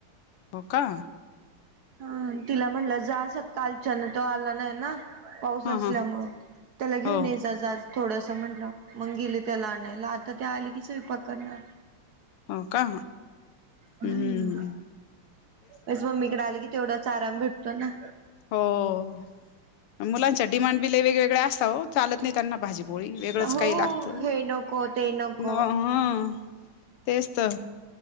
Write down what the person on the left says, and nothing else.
हो का?
हा
हा
हो
हो का?
हम्.
हो, मग मुलांच्या डिमांड बि लय वेगवेगळ्या असत हो. चालत नाही त्यांना भाजीपोळी वेगळंच
काही लागत,
न हा. <inaudible> तेच तर